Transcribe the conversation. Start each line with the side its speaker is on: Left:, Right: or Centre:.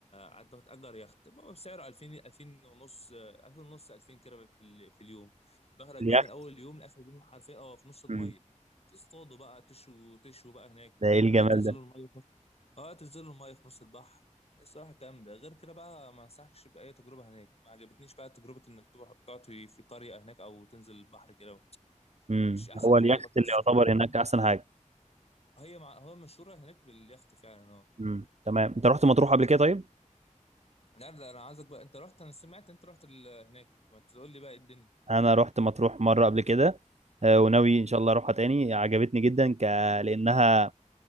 Left: قعدت تأجر يخت بقى بسعر 2000 2000 ونص آه، 2000 ونص 2000 كده في, ال- في اليوم بخرج
Right: اليخت
Left: بقى من اول يوم لاخر يوم حرفيا اه في نص المية
Right: مم.
Left: تصطادوا بقى تشوا تشوا بقى هناك
Right: ده ايه الجمال
Left: آه، تنزلوا
Right: ده
Left: المية اه تنزل المايه في نص البحر الصراحه الكلام ده غير كده بقى ما انصحكش باي تجربه هناك ما عجبتنيش بقى تجربه انك تروح تقعد في في قريه هناك او تنزل البحر كده
Right: امم
Left: مش احسن
Right: هو
Left: حاجه
Right: اليخت
Left: برضه
Right: اللي
Left: السخن
Right: يعتبر
Left: فاهم
Right: هناك احسن حاجه
Left: هي مع... هو مشهوره هناك باليخت فعلا اه
Right: امم تمام انت رحت مطروح قبل كده طيب
Left: لا لا انا عايزك بقى انت رحت انا سمعت انت رحت ال... هناك ما تقول لي بقى إيه الدنيا
Right: انا رحت مطروح مره قبل كده آه، وناوي ان شاء الله اروحها تاني عجبتني جدا ك... لانها